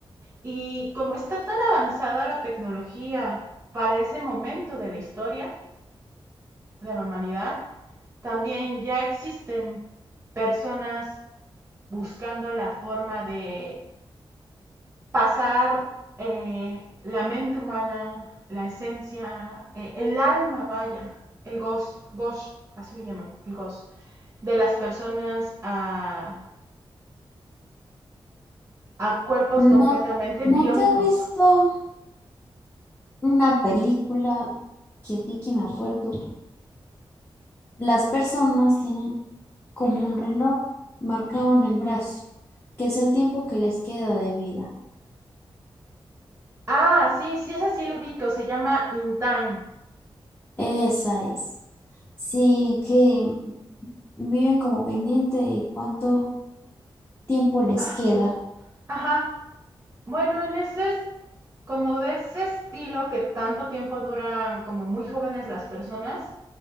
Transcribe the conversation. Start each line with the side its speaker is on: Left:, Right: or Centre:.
Right: Y como está tan avanzada la tecnología para ese momento de la historia de la humanidad, también ya existen personas buscando la forma de pasar eh, la mente humana, la esencia, eh, el alma, vaya, el gosh, gosh, así le llaman, el gosh, de las personas a, a cuerpos
Left: No,
Right: completamente
Left: ¿no
Right: biónicos.
Left: te has visto una película que aquí que me acuerdo? Las personas tienen como un reloj marcado en el brazo, que es el tiempo que les queda de vida.
Right: Ah, sí, sí, es así lo ubico, se llama In Time.
Left: Esa es. Sí, que viven como pendiente de cuánto tiempo les
Right: Ah,
Left: queda.
Right: Ajá. Bueno, en ese, es- como de ese estilo que tanto tiempo duran como muy jóvenes las personas,